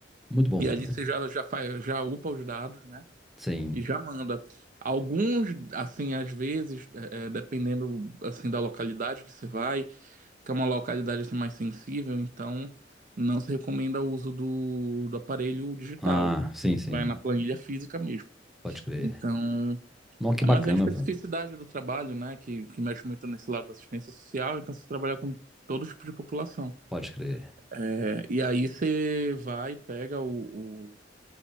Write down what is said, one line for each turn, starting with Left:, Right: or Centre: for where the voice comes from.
Centre: Muito bom.
Right: e ali você já, já faz, já upa os dados, né?
Centre: Sim.
Right: E já manda. Alguns, assim, às vezes, é, é, dependendo, assim, da localidade que você vai, que é uma localidade assim, mais sensível, então não se recomenda o uso do, do aparelho digital.
Centre: Ah, sim, sim.
Right: Vai na planilha física mesmo.
Centre: Pode crer.
Right: Então,
Centre: Nossa, que
Right: é,
Centre: bacana,
Right: mas a especificidade
Centre: velho.
Right: do trabalho, né, que, que mexe muito nesse lado da assistência social, então você trabalha com todo tipo de população.
Centre: Pode crer.
Right: É, e aí você vai, pega o, o-